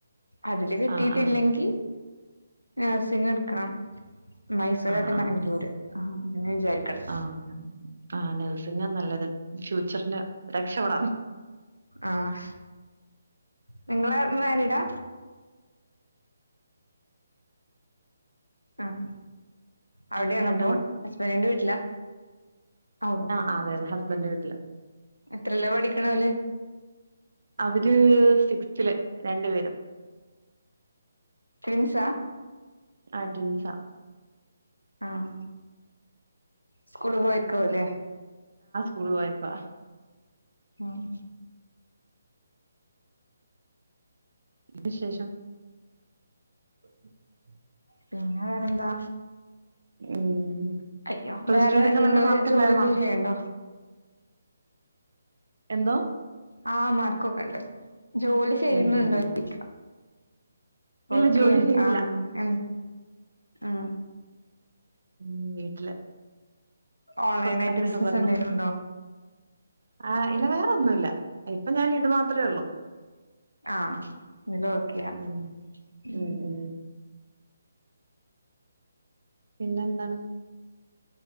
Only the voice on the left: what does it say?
അതില് കിട്ടിട്ടില്ലെങ്കി
ആഹ സിങ്ങ എടുക്കണം മൈസൂർ
അല്ല
മാംഗ്ലൂര് ആ അങ്ങനെ വിചാരിക്കണം
ആഹ നിങ്ങള മരിഡാ ആഹ അവിടെയാണ
അപ്പ ഹസ്ബൻറിന്റെ വീട്ടിലാ ഓ
എത്രല്ല പഠിക്കണല്
എസാ
ആഹ സ്കൂള് പോയക്കോ അല്ലേ
ആഹ
പിന്നെ വേറെന്താ
അയ്യോ
വേറെ
നിങ്ങള്
ജോലിന്ന
ചെയ്യണ്ടോ
ആഹ് മാർക്കക്കണ്ട് ജോലി ചെയ്യുന്നുണ്ടോരിക്ക
ഓക്കെ
ആഹ എ ആഹ
ഓൺലൈൻ
ആയിട്ട് ബിസിനസ്
എന്തെലും ഉണ്ടോ
ആഹ് എല്ല ഓക്കെയാ
മ്